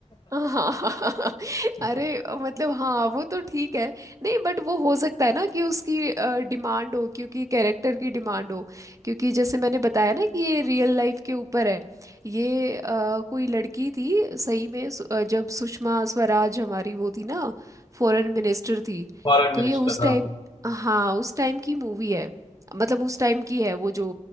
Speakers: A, on the right; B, on the left.
A: हाँ <laughs>
B: <laughs>
A: अरे मतलब हाँ वो तो ठीक है नहीं बट वो हो सकता है ना कि उसकी डिमांड हो क्योंकि कैरेक्टर की डिमांड हो क्योंकि जैसे मैंने बताया ना कि ये रियल लाइफ के ऊपर है ये अ, कोई लड़की थी सही में सु- अ, जब सुषमा स्वराज हमारी वो थी ना फॉरेन मिनिस्टर थी
B: फॉरेन
A: तो
B: मिनिस्टर
A: ये उस टाइम
B: हाँ
A: हाँ उस टाइम की मूवी है मतलब उस टाइम की है वो जो